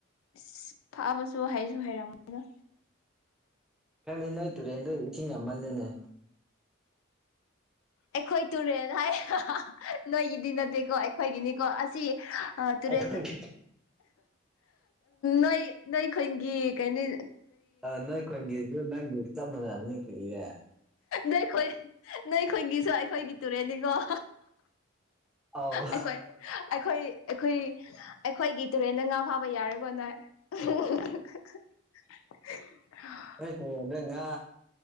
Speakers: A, on the left; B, in the centre.
A: ꯏꯁ ꯐꯥꯕꯁꯨ ꯍꯩꯁꯨ ꯍꯩꯔꯝꯃꯔꯣꯏꯗ
B: ꯈꯪꯗꯦ ꯅꯣꯏ ꯇꯨꯔꯦꯜꯗꯣ ꯏꯁꯤꯡ ꯌꯥꯝꯃꯜꯂꯦꯅꯦ
A: ꯑꯩꯈꯣꯏ ꯇꯨꯔꯦꯜ ꯍꯥꯏꯌꯦ ꯅꯣꯏꯒꯤꯗꯤ ꯅꯠꯇꯦꯀꯣ ꯑꯩꯈꯣꯏꯒꯤꯅꯤꯀꯣ ꯑꯁꯤ ꯑ ꯇꯨꯔꯦꯜ
B: ꯑꯩꯈꯣꯏꯒꯤ
A: ꯅꯣꯏ ꯅꯣꯏꯈꯨꯟꯒꯤ ꯀꯩꯅꯤ
B: ꯑꯥ ꯅꯣꯏ ꯈꯨꯟꯒꯤꯁꯨ ꯅꯪꯒꯤ ꯆꯞ ꯃꯥꯟꯅꯕꯅꯤ ꯀꯔꯤꯔꯦ
A: ꯅꯣꯏꯈꯨꯟ ꯅꯣꯏꯈꯨꯟꯒꯤꯁꯨ ꯑꯩꯈꯣꯏꯒꯤ ꯇꯨꯔꯦꯟꯅꯤꯀꯣ
B: ꯑꯥꯎ
A: ꯑꯩꯈꯣꯏ ꯑꯩꯈꯣꯏ ꯑꯩꯈꯣꯏ ꯑꯩꯈꯣꯏꯒꯤ ꯇꯨꯔꯦꯜꯗ ꯉꯥ ꯐꯥꯕ ꯌꯥꯔꯣꯏꯀꯣ ꯅꯣꯏ <unintelligible>
B: ꯍꫭꯏ ꯇꯨꯔꯦꯟꯗ ꯉꯥ